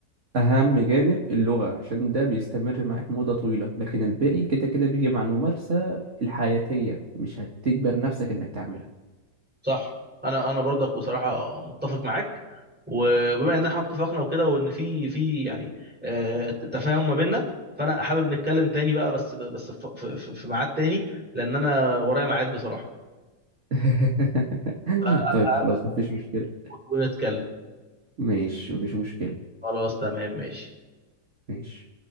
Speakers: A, on the right; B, in the centre.
A: أهم جانب اللغة عشان ده بيستمر معاك مدة طويلة لكن الباقي كده كده بيجي مع الممارسة الحياتية مش هتجبر نفسك إنك تعملها
B: صح انا انا برضك بصراحه متفق معاك وبما ان احنا اتفقنا وكده وان في في يعني آه، تفاهم ما بيننا فانا حابب نتكلم تاني بقى بس بس في في- في- في ميعاد تاني لان انا ورايا ميعاد بصراحه
A: <laughs>
B: فاقابلك
A: طيب خلاص مفيش
B: تاني
A: مشكلة
B: ونتكلم
A: ماشي مفيش مشكلة
B: خلاص تمام ماشي
A: ماشي